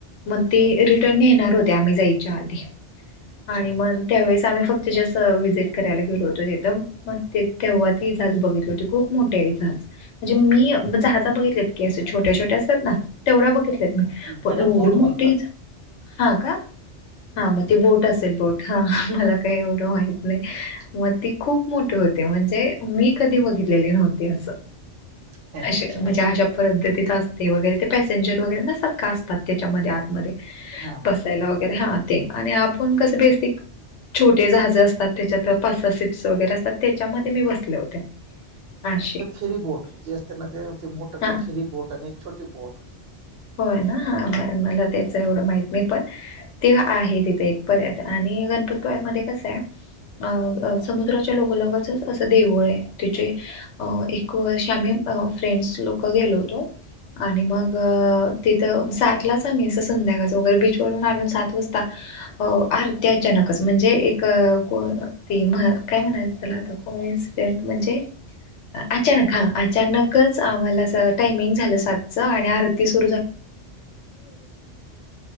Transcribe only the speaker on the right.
अच्छा
त्याला
बोट
म्हणतात
ह.
हा
तर फेरी बोट जे असते ना ते मोठ
ते फेरी बोट आणि एक छोटी बोट.